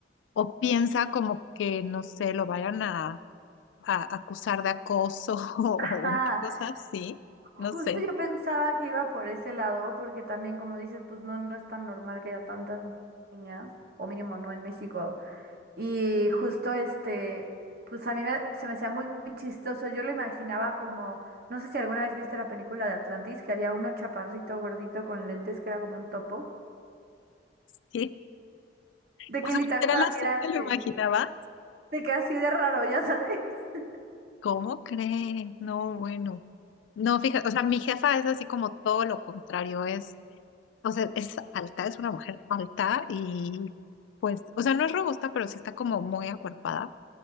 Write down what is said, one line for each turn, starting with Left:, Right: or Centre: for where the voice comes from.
Left: o piensa como que, no sé, lo vayan a, a acusar de acoso <laughs> o
Right: Ah,
Left: una cosa así,
Right: justo
Left: no sé.
Right: yo pensaba que iba por ese lado porque también como dices, pues no, no es tan normal que haya tantas ni- niñas, o mínimo no en México. Y justo este, pues a mí me- se me hacía muy chistoso. Yo lo imaginaba como, no sé si alguna vez viste la película de Atlantis, que había uno chaparrito gordito con lentes que era como un topo.
Left: Sí,
Right: De
Left: o
Right: que
Left: sea,
Right: literal
Left: literal
Right: para mí
Left: así
Right: era
Left: te
Right: este,
Left: lo imaginaba.
Right: de que así de raro, ya sabes. <laughs>
Left: ¿Cómo cree? No, bueno. No, fíjate, o sea, mi jefa es así como todo lo contrario, es, o sea, es alta, es una mujer alta y pues, o sea, no es robusta, pero sí está como muy acuerpada.